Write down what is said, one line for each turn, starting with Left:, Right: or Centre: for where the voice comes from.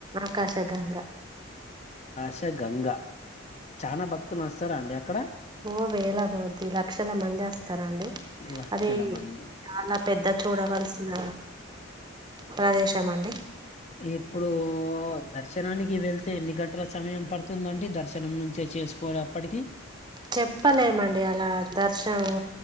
Right: ఆకాశగంగా
Left: శ గంగా చానా భక్తులు వస్తార అండి. అక్కడ
Right: ఓ వేలా కోద్ది లక్షల మంది ఆస్తారండి.
Left: లక్షల
Right: అది
Left: మంది
Right: చాలా పెద్ద చూడవలసిన ప్రదేశం అండి
Left: ఇప్పుడు డు దర్శనానికి వెళ్తే ఎన్ని గంటల సమయం పడుతుందండి. దర్శనం నుంచే చేసుకో ఆప్పటికి
Right: చెప్పలేమండి అలా ద దర్శనం